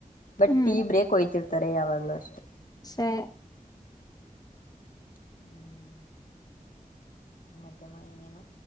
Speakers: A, on the left (about 70°); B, on the left (about 25°).
A: ಬಟ್
B: ಹ್ಮ್
A: ಟೀ ಬ್ರೇಕ್ ಹೊಯ್ತಿರ್ತಾರೆ ಯಾವಾಗ್ಲೂ ಅಷ್ಟೆ
B: ಸ <unintelligible>
A: <inaudible> ಮಧ್ಯ ಆಗಿನೇನು